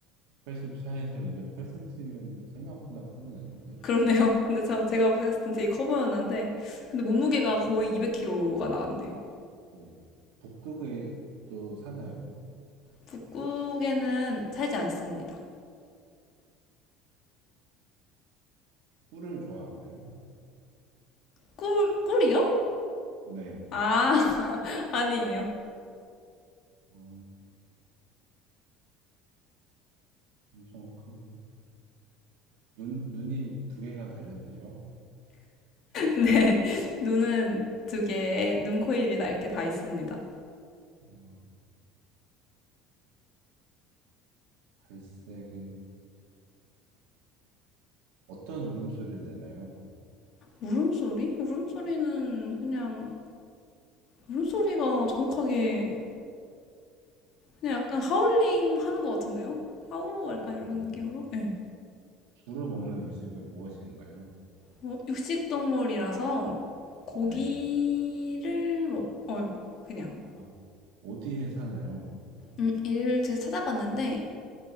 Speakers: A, on the right (about 85°); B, on the left (about 35°).
A: 84에서 208cm면 생각보다 크진 않은데.
B: <laughs> 그러네요. 근데 참 제가 생각했을 땐 되게 커 보였는데, 근데 몸무게가
A: 혹시,
B: 거의 200kg가 나간대요.
A: 네. 북극에 또 사나요?
B: 북극에는 살지 않습니다.
A: 꿀을 좋아하나요?
B: 꿀, 꿀이요?
A: 네.
B: 아, <laughs> 아니에요.
A: 어, 엄청 크고. 눈, 눈이 두 개가 달렸나요?
B: 네, <laughs> 눈은 두 개에 눈, 코, 입이 다 이렇게 다 있습니다.
A: 어, 갈색이 어떤 울음소리를 내나요?
B: 울음소리? 울음소리는 그냥 울음소리가 정확하게 그냥 약간 하울링 하는 것 같은데요? 하우 약간
A: 아,
B: 이런
A: 그래요?
B: 느낌으로? 네.
A: 주로 먹는 음식은 무엇인가요?
B: 뭐 육식 동물이라서 고기를
A: 네.
B: 먹어요. 그냥.
A: 아, 어디에 사나요?
B: 음, 일제 찾아봤는데